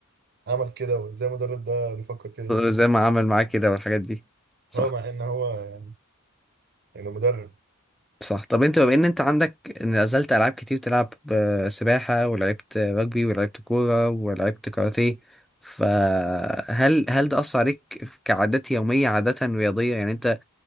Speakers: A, on the right; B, in the centre.
A: عمل كده وازاي المدرب ده بيفكر كده
B: زي ما عمل معاك كده والحاجات دي صح
A: هو مع ان هو يعني يعني مدرب
B: صح طب انت بما ان انت عندك نزلت العاب كتير تلعب آه، سباحة ولعبت رجبي ولعبت كورة ولعبت كاراتيه فهل هل ده اثر عليك كعادات يومية عادة رياضية يعني انت